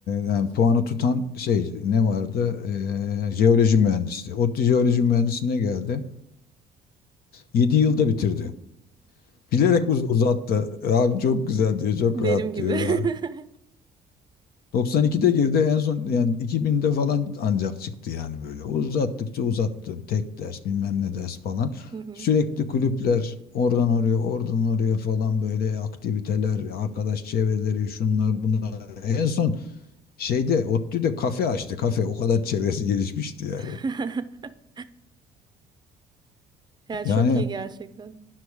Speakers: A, on the left (about 65°); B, on the right (about 25°).
A: yani puanı tutan şey ne vardı? E, jeoloji mühendisliği. ODTÜ jeoloji mühendisliğine geldi. 7 yılda bitirdi. Bilerek uz- uzattı. Abi çok güzel diyor, çok
B: Benim
A: rahat
B: gibi.
A: diyor.
B: <laughs>
A: 92'de girdi en son yani 2000'de falan ancak çıktı yani böyle. Uzattıkça uzattı. Tek ders bilmem ne ders falan.
B: Hı hı.
A: Sürekli kulüpler oradan oraya oradan oraya falan böyle aktiviteler, arkadaş çevreleri şunlar bunlar. En son şeyde ODTÜ'de kafe açtı kafe o kadar çevresi gelişmişti yani.
B: <laughs> Yani
A: Yani
B: çok iyi gerçekten.